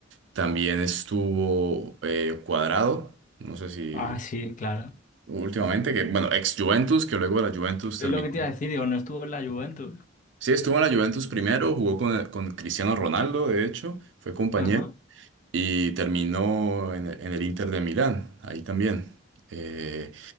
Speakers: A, on the right (about 75°); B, on the left (about 45°).
A: también estuvo eh, Cuadrado, no sé si
B: Ah, sí, claro.
A: últimamente, que bueno, ex Juventus, que luego de la Juventus
B: Es
A: terminó.
B: lo que te iba a decir, digo, no estuvo en la Juventus.
A: Sí, estuvo en la Juventus primero,
B: Sí.
A: jugó con, con Cristiano Ronaldo, de hecho, fue compañero
B: Ajá,
A: y terminó en, el en el Inter de Milán, ahí también. Eh,